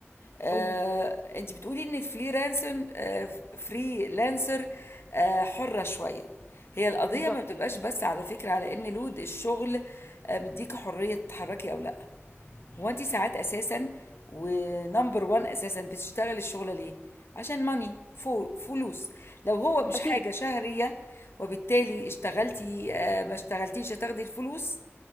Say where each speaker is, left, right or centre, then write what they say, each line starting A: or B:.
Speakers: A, on the left; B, on the left.
A: آه،
B: قولي
A: انت بتقولي ان الفريلانسر آه، فريلانسر آه، حره شويه هي القضيه
B: بالظبط
A: ما بتبقاش بس على فكره على ان لود الشغل آه، مديك حريه تتحركي او لا هو انت ساعات اساسا ونمبر 1 اساسا بتشتغل الشغله ليه عشان ماني فلوس لو هو مش
B: أكيد
A: حاجه شهريه وبالتالي اشتغلتي آه، ما اشتغلتيش هتاخدي الفلوس